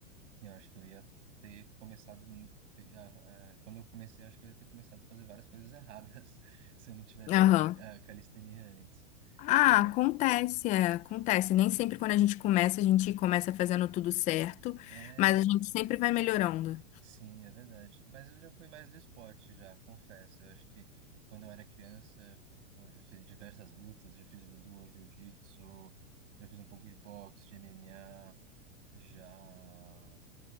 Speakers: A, on the right (about 70°); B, on the left (about 20°).
A: eu acho que eu ia ter começado. mu- fe- a- a- Quando eu comecei, eu acho que eu ia ter começado a fazer várias coisas erradas <laughs> se eu não tivesse
B: Aham.
A: feito a, a calistenia antes.
B: Ah,
A: Ma-
B: acontece, é, acontece. Nem sempre quando a gente começa, a gente começa fazendo tudo certo,
A: É,
B: mas
A: então.
B: a gente sempre vai melhorando.
A: Sim, é verdade. Mas eu já fui mais do esporte, já, confesso. Eu acho que quando eu era criança, pô, eu já fiz diversas lutas, já fiz judô, jiu-jitsu, já fiz um pouco de boxe, de MMA, já.